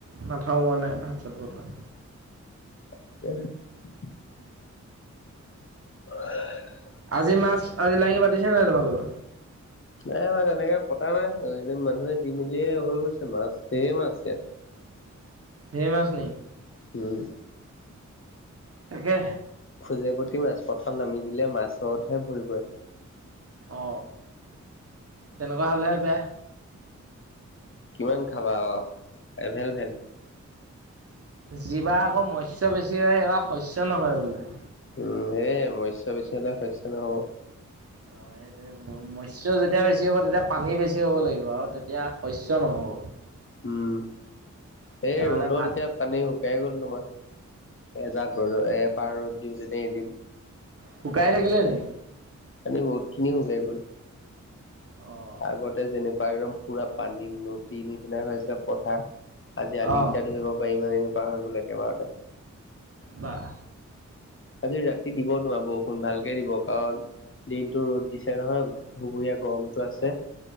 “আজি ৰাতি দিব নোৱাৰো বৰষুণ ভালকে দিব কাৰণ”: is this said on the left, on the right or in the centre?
Left